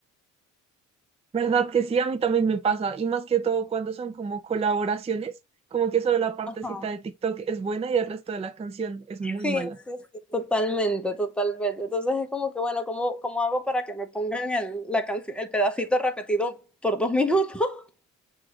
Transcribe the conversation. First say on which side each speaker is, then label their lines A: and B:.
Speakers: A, on the right; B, in the centre.
A: ¿Verdad que sí? A mí también me pasa. Y más que todo cuando son como colaboraciones, como que solo la partecita
B: Ajá.
A: de TikTok es buena y el resto de la canción es muy
B: Sí, sí,
A: mala.
B: sí, totalmente, totalmente. Entonces es como que, bueno, ¿cómo, cómo hago para que me pongan el, la canción, el pedacito repetido por dos minutos? <laughs>